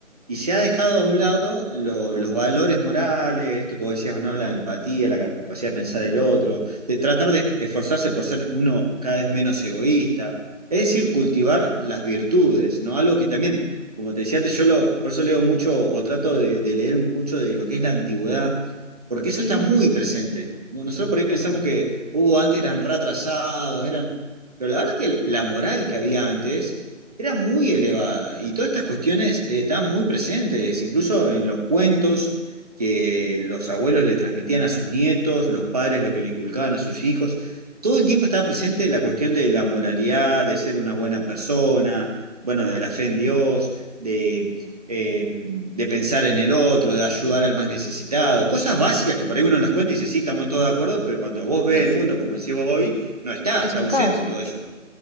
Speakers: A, on the right (about 30°); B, on the left (about 50°).
A: y se ha dejado a un lado lo- los valores morales, esto como decías, ¿no? La empatía, la capacidad de pensar el otro, de tratar de esforzarse por ser uno cada vez menos egoísta, es decir, cultivar las virtudes, ¿no? Algo que también, como te decía antes, yo lo, por eso leo mucho o trato de, de leer mucho de lo que es la antigüedad. Porque eso
B: sí,
A: está muy presente. Nosotros por ahí pensamos que, uh, antes eran re atrasados, eran, pero la verdad que la moral que había antes era muy elevada y todas estas cuestiones eh, estaban muy presentes, incluso en los cuentos que los abuelos le transmitían a sus nietos, los padres lo que le inculcaban a sus hijos. Todo el tiempo estaba presente la cuestión de la moralidad, de ser una buena persona, bueno, de la fe en Dios, de, eh, de pensar en el otro, de ayudar al más necesitado, cosas básicas que por ahí uno las cuenta y dice, sí, estamos todos de acuerdo, pero cuando vos ves
B: es,
A: el mundo, como decís vos hoy, no está,
B: es
A: está
B: un
A: ausente
B: caos.
A: todo eso.